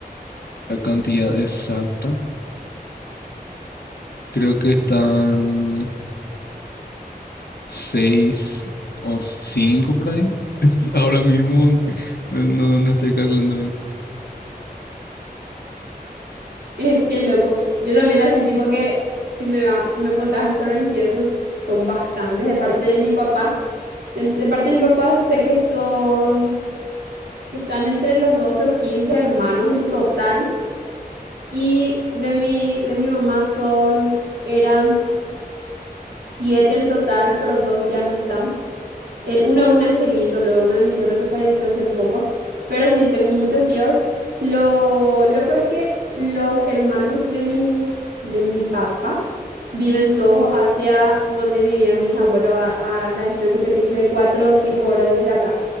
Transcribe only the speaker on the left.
la cantidad exacta, creo que están seis o cinco por ahí. <laughs> Ahora mismo no, no- no estoy calculando bien.